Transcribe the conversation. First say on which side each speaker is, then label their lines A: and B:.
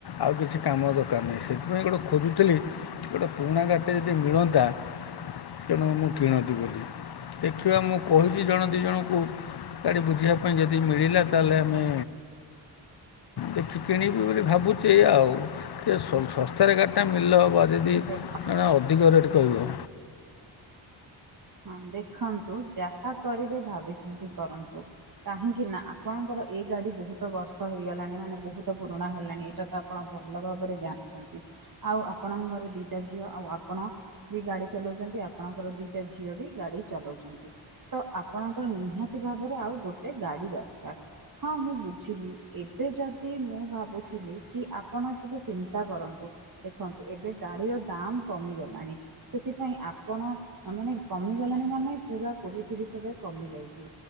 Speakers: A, on the left; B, on the right.
A: ଆଉ କିଛି କାମ ଦରକାରନାହିଁ ସେଥିପାଇଁ ଗୋଟି ଖୋଜୁଥିଲି। ଗୋଟେ ପୁରୁଣା ଗାଡ଼ିଟେ ଯଦି ମିଳନ୍ତା ତେଣୁ ମୁଁ କିଣନ୍ତିବୋଲି। ଦେଖିବା ମୁଁ କହିଛି ଜଣେ ଦୁଇ ଜଣଙ୍କୁ। ଗାଡି ବୁଝିବା ପାଇଁ ଯଦି ମିଳିଲା ତାହେଲେ ଆମେ ଦେଖିକିଣିବି ବୋଲି ଭାବୁଛି ଆଉ ଟିକ ଶ-ଶସ୍ତାରେ ଗାଡ଼ିଟା ମିଲେ ହବ ନାଁ। ଯଦି
B: ଦେଖ
A: କାଳେ ଅଧିକ ରେଟ କହିବ।
B: ହଁ ଦେଖନ୍ତୁ ଯାହା କରିବେ ଭାବିଚିନ୍ତି କରନ୍ତୁ। କାହିଁକି ନାଁ ଆପଣଙ୍କର ଏ ଗାଡି ବହୁତ ବର୍ଷ ହେଇଗଲାଣି ମାନେ ବହୁତ ପୁରୁଣା ହେଲାଣି ଏଇଟା ତ ଆପଣ ଭଲ ଭାବରେ ଜାଣିଛନ୍ତି ଆଉ ଆପଣଙ୍କ ଘରେଦିଟା ଝିଅ ଆଉଁ ଆପଣ ବି ଗାଡି ଚଲାଉଛନ୍ତି। ଜି ଆପଣଙ୍କର ଦି ସେଝିଅଟି ବି ଗାଡି ଚଲାଉଛନ୍ତି ତ ଆପଣଙ୍କର ନିହାତି ଭାବରେ ଆଉ ଗୋଟେ ଗାଡି ଦରକାର। ହଁ ମୁଁ ବୁଝିଲି ଏବେ ଯଦି ମୁଁ ଭାବୁଥିଲି କି ଆପଣ ଟିକେ ଚିନ୍ତା କରନ୍ତୁ। ଦେଖନ୍ତୁ ଏବେ ଗାଡିର ଦାମ କମିଗଲାଣି ସେଥିପାଇଁ ଆପଣ ତା ମାନେ କମିଗଲାଣି ମାନେ ପୁରା କୋଡିଏ ତିରିଶ ହଜାର କମି ଯାଇଛି।